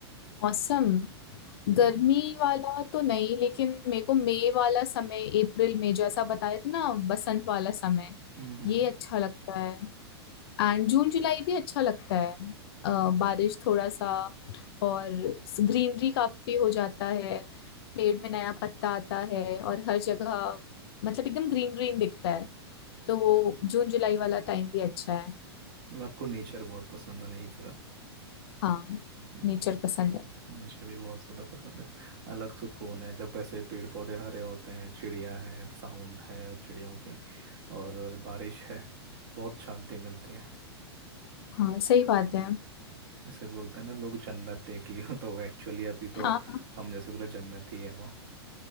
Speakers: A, on the left; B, on the right.
A: मौसम
B: हम्म
A: गर्मी वाला तो नहीं लेकिन मेरे को मई वाला समय अप्रैल में जैसा बताया था ना बसंत वाला समय
B: हम्म हम्म,
A: ये अच्छा लगता है एंड जून जुलाई भी अच्छा लगता है अ, बारिश थोड़ा सा और ग्रीनरी काफी हो जाता है पेड़ में नया पत्ता आता है और हर जगह मतलब एकदम ग्रीन ग्रीन दिखता है तो वो जून जुलाई वाला
B: हम्म।
A: टाइम भी अच्छा है
B: मतलब आपको नेचर बहुत पसंद है मेरी तरह
A: हाँ
B: हम्म,
A: नेचर पसंद है
B: मुझे भी बहुत ज़्यादा पसंद है अलग सुकून है जब ऐसे पेड़ पौधे हरे होते हैं चिड़िया है साउंड है चिड़ियों की और बारिश है बहुत शांति मिलती है
A: हाँ सही बात है
B: जैसे बोलते हैं ना लोग जन्नत देख लियो <laughs> तो एक्चुअली अभी तो
A: हाँ
B: हम जैसे बोले जन्नत ही है वो